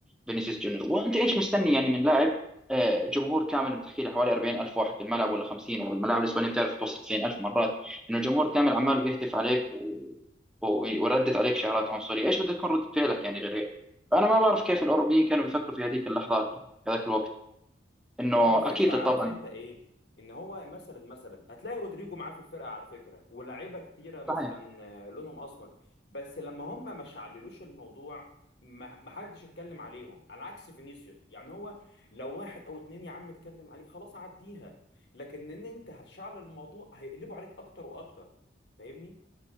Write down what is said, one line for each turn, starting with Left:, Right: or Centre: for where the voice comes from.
Centre: فينيسيوس جونيور وانت ايش مستني يعني من لاعب آه، جمهور كامل بتحكي له حوالي 40000 واحد في الملعب ولا 50 والملاعب الاسبانيه بتعرف توصل 90000 مرات انه الجمهور كامل عمال بيهتف عليك و... و- وردت عليك شعارات عنصريه ايش بدها تكون رده فعلك يعني غير هيك فانا ما بعرف كيف الاوروبيين كانوا بيفكروا في هذيك اللحظات يعني في هذاك الوقت انه
Left: هو الفكرة
Centre: اكيد
Left: عارف
Centre: طبعا
Left: انت ايه؟ ان هو مثلا مثلا هتلاقي رودريجو معاه في الفرقة على فكرة ولاعيبة كتيرة مثلا
Centre: صحيح
Left: آه، لونهم اسمر بس لما هم ما شعللوش الموضوع ما ما حدش اتكلم عليهم على عكس فينيسيوس يعني هو لو واحد او اتنين يا عم اتكلم عليك خلاص عديها لكن ان انت هتشعل الموضوع هيقلبوا عليك اكتر واكتر فاهمني؟